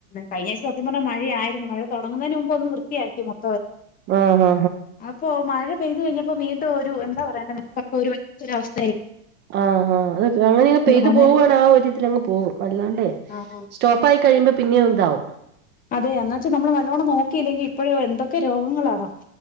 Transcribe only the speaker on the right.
ആഹ് ആ
ആ ആ അത് അങ്ങനെയങ്ങ് പെയ്ത്
പോവാ പ്ലേആഒരിതിലങ്ങ് പോകും അല്ലാണ്ടേ
സ്റ്റോപ്പായി കഴിയുമ്പോ പിന്നേം ഇതാവും